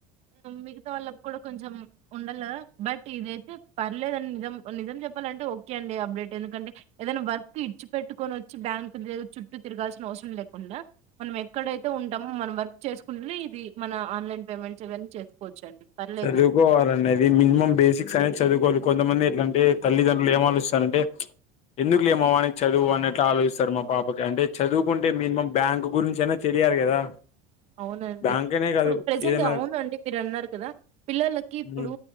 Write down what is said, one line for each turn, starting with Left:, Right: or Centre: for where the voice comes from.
Right: మిగతా వాళ్ళకి కూడా కొంచెం ఉండాల బట్ ఇదయితే పర్లేదని నిజం నిజం చెప్పాలంటే ఓకే అండి అప్డేట్ ఎందుకంటే ఏదైనా వర్క్ కని ఇడ్చ్చి పెట్టుకొని వచ్చి బ్యాంక్ చుట్టూ తిరగాల్సిన అవసరం లేకుండా మనం ఎక్కడైతే ఉంటామో మనం వరకు చేసుకుంటే ఇది మన ఆన్లైన్ లెన్న్పేమెంట్స్ ఏవన్న చేసుకోవచ్చు అండి పర్లేదు
Left: చదువుకోవాలంది మినిమం బేసిక్స్ అనేది చదువుకోవాలి కొంతమంది ఎందుకంటే తల్లిదండ్రులు ఏం ఆలోచిస్తార అంటే ఎందుకు లేమ వానికి చదువు అన్నట్లా ఆలోచిస్తారు మా పాపకి అంటే చదువుకుంటే మినిమం బ్యాంక్ గురించి అయినా తెలియాలి కదా
Right: అవునండి
Left: బ్యాంక్ అనే
Right: ఇప్పుడు
Left: కాదు
Right: ప్రజెంట్
Left: ఏదైనా
Right: అవునండి మీరు అన్నారు కదా పిల్లలకి ఇప్పుడు
Left: ఉమ్